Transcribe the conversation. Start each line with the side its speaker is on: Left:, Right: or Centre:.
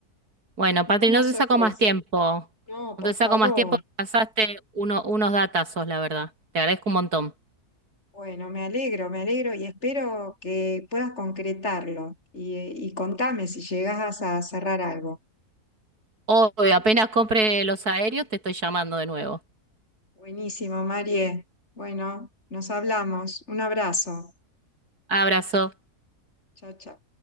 Right: bueno,
Left: ninguna
Right: Patri, no te
Left: sorpresa.
Right: saco más tiempo.
Left: No,
Right: No
Left: por
Right: te saco
Left: favor.
Right: más tiempo, pasaste uno- unos datazos, la verdad. Te agradezco un montón.
Left: Bueno, me alegro, me alegro y espero que puedas concretarlo y, eh, y contame si llegas a cerrar algo.
Right: Obvio, apenas compre los aéreos, te estoy llamando de nuevo.
Left: Buenísimo, Marie. Bueno, nos hablamos. Un abrazo.
Right: Abrazo.
Left: Chao, chao.